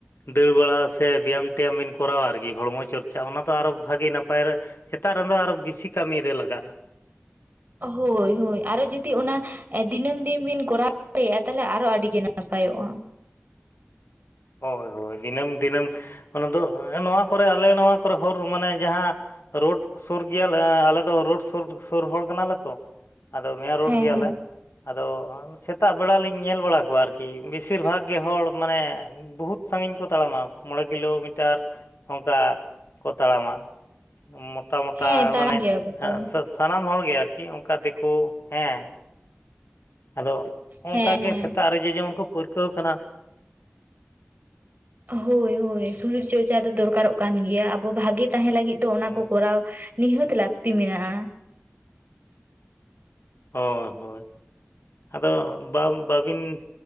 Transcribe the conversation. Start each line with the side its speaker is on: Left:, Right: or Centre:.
Left: ᱫᱟᱹᱲ ᱵᱟᱲᱟ ᱥᱮ ᱵᱮᱭᱟᱢ ᱴᱮᱭᱟᱢ ᱵᱤᱱ ᱠᱚᱨᱟᱣᱟ ᱟᱨᱠᱤ, ᱦᱚᱲᱢᱚ ᱪᱚᱨᱪᱟ ᱚᱱᱟᱫᱚ ᱟᱨᱚ ᱵᱷᱟᱜᱮ ᱱᱟᱯᱟᱭ ᱨᱮ ᱥᱮᱛᱟᱜ ᱨᱮᱫᱚ ᱟᱨᱚ ᱵᱮᱥᱤ ᱠᱟᱹᱢᱤᱨᱮ ᱞᱟᱜᱟᱜᱼᱟ᱾
Right: ᱦᱳᱭ ᱦᱳᱭ, ᱟᱨᱚ ᱡᱩᱫᱤ ᱚᱱᱟ ᱫᱤᱱᱟᱹᱢ ᱫᱤᱱ ᱵᱤᱱ ᱠᱚᱨᱟᱣ ᱫᱟᱲᱮᱭᱟᱜᱼᱟ, ᱛᱟᱦᱚᱞᱮ ᱟᱨᱚ ᱟᱹᱰᱤᱜᱮ ᱱᱟᱯᱟᱭᱚᱜᱼᱟ᱾
Left: ᱦᱳᱭ ᱦᱳᱭ, ᱫᱤᱱᱟᱹᱢ ᱫᱤᱱᱟᱹᱢ ᱚᱱᱟ ᱫᱚ, ᱱᱚᱣᱟ ᱠᱚᱨᱮ ᱟᱞᱮ ᱱᱚᱣᱟ ᱠᱚᱨᱮ ᱦᱚᱨ ᱢᱟᱱᱮ ᱡᱟᱦᱟᱸ ᱨᱳᱰ ᱥᱳᱨ ᱜᱮᱭᱟᱞᱮ, ᱟᱞᱮ ᱫᱚ ᱨᱳᱰ ᱥᱳᱨ ᱥᱳᱨ ᱦᱚᱲ ᱠᱟᱱᱟᱞᱮ ᱛᱚ, ᱟᱫᱚ ᱢᱮ ᱨᱳᱰ
Right: ᱦᱮᱸ
Left: ᱜᱮᱭᱟᱞᱮ,
Right: ᱦᱮᱸ
Left: ᱟᱫᱚ ᱥᱮᱛᱟᱜ ᱵᱮᱲᱟ ᱞᱤᱧ ᱧᱮᱞ ᱵᱟᱲᱟ ᱠᱚᱣᱟ ᱟᱨᱠᱤ, ᱵᱮᱥᱤᱨ ᱵᱷᱟᱜᱽ ᱜᱮ ᱦᱚᱲ ᱢᱟᱱᱮ ᱵᱚᱦᱩᱛ ᱥᱟᱺᱜᱤᱧ ᱠᱚ ᱛᱟᱲᱟᱢᱟ ᱢᱚᱬᱮ ᱠᱤᱞᱳᱢᱤᱴᱟᱨ, ᱚᱱᱠᱟ ᱠᱚ ᱛᱟᱲᱟᱢᱟ᱾ ᱢᱚᱴᱟ ᱢᱚᱴᱟ
Right: ᱦᱮᱸ ᱛᱟᱲᱟᱢ
Left: ᱢᱟᱱᱮ,
Right: ᱜᱮᱭᱟ ᱠᱚᱛᱚ
Left: ᱥᱟ ᱥᱟᱱᱟᱢ ᱦᱚᱲᱜᱮ ᱟᱨᱠᱤ ᱚᱱᱠᱟ ᱫᱮᱠᱳ ᱦᱮᱸ, ᱟᱫᱚ ᱚᱝᱠᱟ
Right: ᱦᱮᱸ
Left: ᱜᱮ,
Right: ᱦᱮᱸ
Left: ᱥᱮᱛᱟᱜ ᱨᱮ ᱡᱮ ᱡᱮᱢᱚᱱ ᱠᱚ ᱯᱟᱹᱨᱠᱟᱹᱣ ᱠᱟᱱᱟ᱾
Right: ᱦᱳᱭ ᱦᱳᱭ ᱥᱚᱨᱤᱨ ᱪᱚᱨᱪᱟ ᱫᱚ ᱫᱚᱨᱠᱟᱨᱚᱜ ᱠᱟᱱ ᱜᱮᱭᱟ, ᱟᱵᱚ ᱵᱷᱟᱜᱮ ᱛᱟᱦᱮᱸ ᱞᱟᱹᱜᱤᱫ ᱫᱚ ᱚᱱᱟ
Left: ᱦᱩᱸ
Right: ᱠᱚ ᱠᱚᱨᱟᱣ ᱱᱤᱦᱟᱹᱛ ᱞᱟᱹᱠᱛᱤ ᱢᱮᱱᱟᱜᱼᱟ᱾
Left: ᱦᱳᱭ ᱦᱳᱭ, ᱟᱫᱚ ᱵᱟᱢ ᱵᱟᱵᱤᱱ